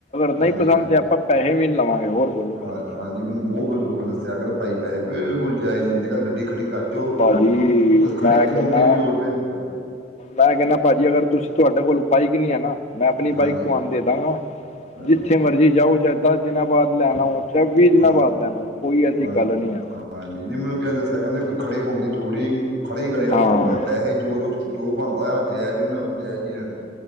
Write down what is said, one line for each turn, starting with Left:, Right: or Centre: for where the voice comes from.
Left: ਨਹੀ
Right: ਹਾਂਜੀ
Left: ਪਸੰਦ
Right: ਹਾਂਜੀ
Left: ਤੇ ਆਪਾ ਪੈਸੇ ਵੀ ਨੀ ਲਵਾਂਗੇ, ਹੋਰ ਬੋਲੋ ਭਾਜੀ
Right: ਹਾਂ ਹਾਂਜੀ ਮੈਨੂੰ ਬਹੁਤ ਲੋਕਾ ਨੇ ਦੱਸਿਆ ਕਹਿੰ ਭਾਈ ਪੈਹੇ ਬਿਲਕੁਲ ਜਾਇਜ਼ ਲੈਂਦੇ ਕ ਗੱਡੀ ਖੜੀ ਜੋ,
Left: ਭਾਜੀ
Right: ਖੜੇ
Left: ਮੈਂ ਕਹਿੰਦਾ
Right: ਹੋਣ ਦੀ ਨੀ ਲੋੜ ਪ <unintelligible>
Left: ਮੈਂ ਕਹਿੰਦਾ ਭਾਜੀ ਅਗਰ ਤੁਸੀ ਤੁਹਾਡੇ ਕੋਲ ਬਾਈਕ ਨੀ ਹੈ ਨਾ ਮੈਂ ਆਪਣੀ
Right: ਹਾਂਜੀ
Left: ਬਾਈਕ ਤੁਹਾਨੂੰ ਦੇਦਾਗਾ
Right: ਹਾਂਜੀ
Left: ਜਿੱਥੇ ਮਰਜ਼ੀ ਜਾਓ ਚਾਹੇ ਦਸ ਦਿਨਾ ਬਾਦ ਲੈਣ ਆਓ। ਚਹੇ ਵੀਹ ਦਿਨਾ
Right: ਹਾਂਜੀ
Left: ਬਾਦ ਲੈਣ ਆਓ, ਕੋਈ ਐਸੀ
Right: ਹਾਂ
Left: ਗੱਲ ਨੀ ਹੈ।
Right: ਹਾਂਜੀ ਨ ਮੈਨੂੰ ਕਹਿੰਦੇ ਦੱਸਿਆ ਕਹਿੰਦੇ ਖੜੇ ਹੋਣ ਦੀ ਲੋੜ ਨਹੀਂ, ਖੜੇ ਕਰਿਆ
Left: ਹਾਂ
Right: ਉਹ ਪੈਸੇ ਜੋ-ਜੋ ਜੋ ਬਣਦਾ ਆ ਜੈਜ਼ ਉਹਨੇ ਜੈਜ਼ ਹੀ ਲੈਣੇ।